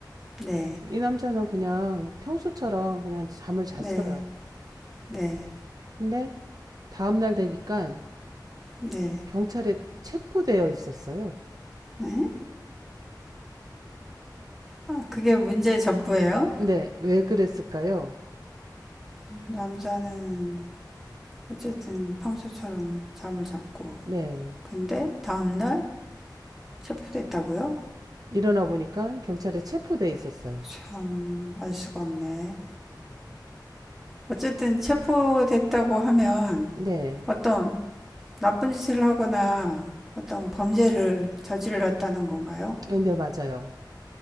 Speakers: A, in the centre; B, on the right.
A: 네,
B: 이 남자는 그냥 평소처럼 그냥 잠을 잤어요.
A: 네, 네,
B: 근데 다음날 되니까
A: 네.
B: 경찰에 체포되어 있었어요.
A: 네 아, 그게 문제 전부예요?
B: 네, 왜 그랬을까요?
A: 남자는 어쨌든 평소처럼 잠을 잤고,
B: 네,
A: 근데 다음날 체포됐다고요?
B: 일어나 보니까 경찰에 체포되어 있었어요.
A: 참, 알 수가 없네. 어쨌든 체포됐다고 하면
B: 네,
A: 어떤 나쁜 짓을 하거나 어떤 범죄를 저질렀다는 건가요?
B: 네, 맞아요.